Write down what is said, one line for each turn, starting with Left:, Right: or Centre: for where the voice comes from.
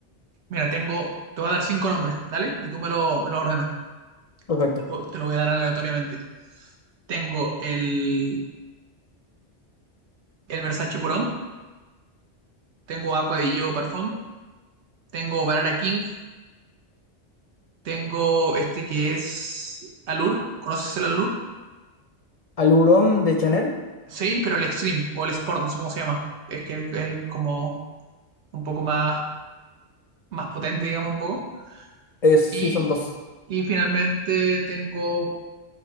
Right: Mira, tengo, te voy a dar cinco nombres, ¿dale? Y tú me lo, me lo ordenas.
Left: Perfecto.
Right: Te lo, te lo voy a dar aleatoriamente. Tengo el, el Versace Purón. Tengo Aqua di Gio Parfum. Tengo Barara King. Tengo este que es Allure. ¿Conoces el Allure?
Left: Aluron de Chanel,
Right: Sí, pero el Extreme o el Sport, no sé cómo se llama. Es que el, el como un poco más, más potente, digamos, un poco.
Left: es,
Right: Y,
Left: sí, son dos.
Right: y finalmente tengo,